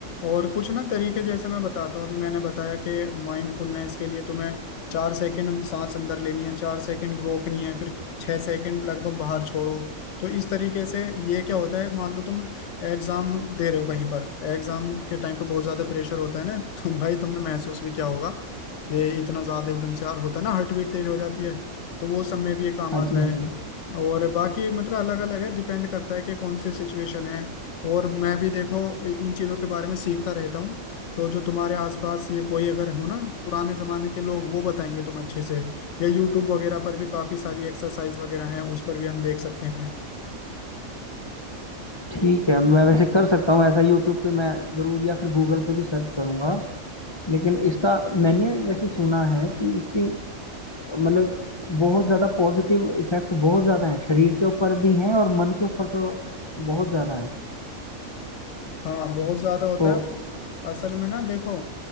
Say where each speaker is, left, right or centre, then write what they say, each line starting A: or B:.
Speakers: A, on the left (about 65°); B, on the left (about 50°).
A: और कुछ ना तरीके जैसे मैं बताता हूँ अभी मैंने बताया कि माइंडफुलनेस के लिए तुम्हें चार सेकंड सांस अंदर लेनी है चार सेकंड रोकनी है फिर छह सेकंड लगभग बाहर छोड़ो तो इस तरीके से ये क्या होता है मान लो तुम एग्जाम दे रहे हो कहीं पर एग्जाम के टाइम पे बहुत ज्यादा प्रेशर होता है ना <laughs> तुम भाई तुमने महसूस भी किया होगा ये इतना ज्यादा एकदम से यार होता है ना हार्ट बीट तेज हो जाती है तो वो सब में भी ये काम
B: हाँ
A: आता
B: जी हाँ
A: है
B: जी
A: और बाकी मतलब अलग अलग है डिपेंड करता है कि कौन सी सिचुएशन है और मैं भी देखो इन चीज़ों के बारे में सीखता रहता हूँ तो जो तुम्हारे आसपास ये कोई अगर हो ना पुराने जमाने के लोग वो बताएंगे तुम अच्छे से या यूट्यूब वगैरह पर भी काफ़ी सारी एक्सरसाइज वगैरह हैं उस पर भी हम देख सकते हैं
B: ठीक है मैं वैसे कर सकता हूँ ऐसा यूट्यूब पे मैं ज़रूर या फिर गूगल पे भी सर्च करूंगा लेकिन इसका मैंने वैसे सुना है कि इसके मतलब बहुत ज़्यादा पॉजिटिव इफेक्ट बहुत ज़्यादा है शरीर के ऊपर भी है और मन के ऊपर तो बहुत ज़्यादा है
A: हाँ बहुत ज्यादा होता
B: तो
A: है असल में ना देखो